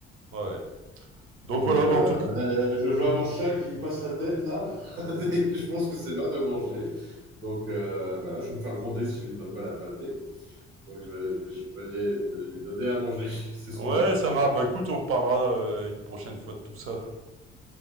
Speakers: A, on the right; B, on the right.
A: Ouais, ouais. Donc
B: Donc,
A: voilà,
B: euh,
A: bah en tout cas.
B: je vois mon chat qui passe la tête là, <laughs> et que je pense que c'est l'heure de manger. Donc, euh, voilà, je vais me faire gronder si je lui donne pas la pâtée. Donc, je, je vais, je vais lui donner à manger. <laughs> C'est son
A: Ouais,
B: heure.
A: ça marche. Bah écoute, on reparlera euh, une prochaine fois de tout ça.